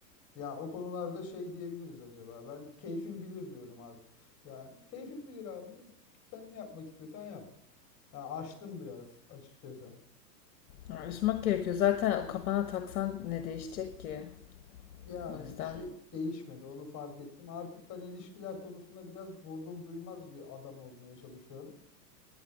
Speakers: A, on the left (about 30°); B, on the left (about 60°).
A: Ya o konularda şey diyebiliriz acaba. Ben keyfim bilir diyorum artık. Ya keyfim bilir abi. Sen ne yapmak istiyorsan yap. Ya açtım biraz açıkçası.
B: Ha, Üzmek gerekiyor. Zaten kafana taksan ne değişecek ki?
A: Yani
B: O yüzden.
A: bir şey değişmedi onu fark ettim. Artık ben ilişkiler konusunda biraz vurdum duymaz bir adam olmaya çalışıyorum.